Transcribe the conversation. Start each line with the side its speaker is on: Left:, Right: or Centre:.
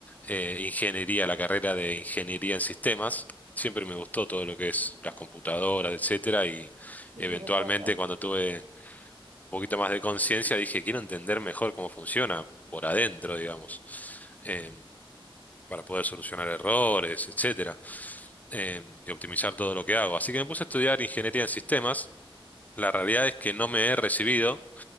Left: eh, ingeniería, la carrera de ingeniería en sistemas. Siempre me gustó todo lo que es las computadoras, etcétera, y
Right: Sí,
Left: eventualmente
Right: sí, recuerdo.
Left: cuando tuve un poquito más de conciencia dije, quiero entender mejor cómo funciona por adentro, digamos. Em, para poder solucionar errores, etcétera, eh, y optimizar todo lo que hago. Así que me puse a estudiar ingeniería en sistemas. La realidad es que no me he recibido,